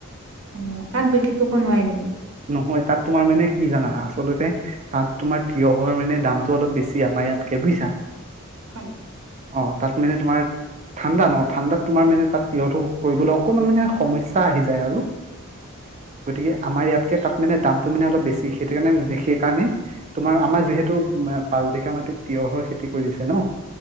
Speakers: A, on the right; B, on the right.
A: অ এয়াত বিক্ৰী কইব নোৱায় নেকি
B: নহয় তাত তোমাৰ মানে কি জানা আচলতে তাত তোমাৰ তিঁয়হৰ মানে দামটো অলপ বেছি আমাৰ ইয়াতকে বুইছা
A: হয়নেকি
B: অ তাত মানে তোমাৰ ঠাণ্ডা ন ঠাণ্ডাত তোমাৰ মানে তাত তিঁয়হটো কৰিবলৈ অকমান মানে সমস্যা আহি যায় আৰু গতিকে আমাৰ ইয়াতকে তাত মানে দাম টো মানে অলপ বেছি সেইটো কাৰণে সেইকাৰণে তোমাৰ আমাৰ যিহেতু পাঁচ বিঘা মাটিত তিঁয়হৰ খেতি কৰিছে ন